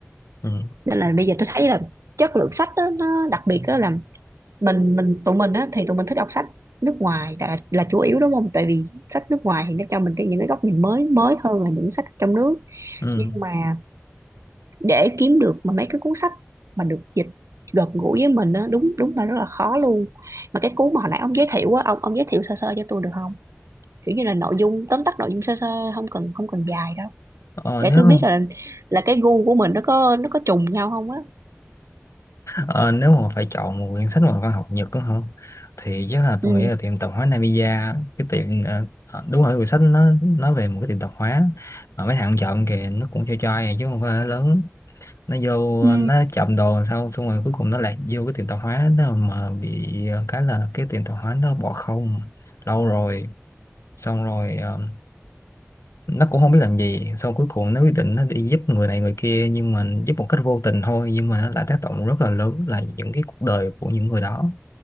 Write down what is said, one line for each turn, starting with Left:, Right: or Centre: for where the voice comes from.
Left: ừ
Right: nên là bây giờ tôi thấy là chất lượng sách á, nó đặc biệt đó là mình mình tụi mình á, thì tụi mình thích đọc sách nước ngoài là là chủ yếu đúng không tại vì sách nước ngoài thì nó cho mình cái những cái góc nhìn mới mới hơn là những sách trong nước
Left: ừ
Right: nhưng mà để kiếm được mà mấy cái cuốn sách mà được dịch gần gũi với mình á đúng đúng là rất là khó luôn mà cái cuốn mà hồi nãy ông giới thiệu á ông ông giới thiệu sơ sơ cho tôi được không kiểu như là nội dung tóm tắt nội dung sơ sơ không cần không cần dài đâu
Left: ờ,
Right: để
Left: nếu
Right: tôi biết là là cái gu của mình nó có nó có trùng nhau không á
Left: ờ, nếu mà phải chọn một quyển sách mà văn học Nhật đó không thì chắc là
Right: ừ
Left: tôi nghĩ là tiệm tạp hóa Namiya cái tiệm ờ, ờ, đúng rồi quyển sách nó nói về một cái tiệm tạp hóa mà mấy thằng chọn kìa nó cũng cho cho ai à, chứ không phải là lớn nó vô
Right: ừ
Left: nó trộm đồ làm sao xong rồi cuối cùng nó lại vô cái tiệm tạp hóa đó mà bị ờ, cái là cái tiệm tạp hóa nó bỏ không lâu rồi xong rồi ờ, nó cũng không biết làm gì xong cuối cùng nó quyết định nó đi giúp người này người kia nhưng mà giúp một cách vô tình thôi nhưng mà nó lại tác động rất là lớn là những cái cuộc đời của những người đó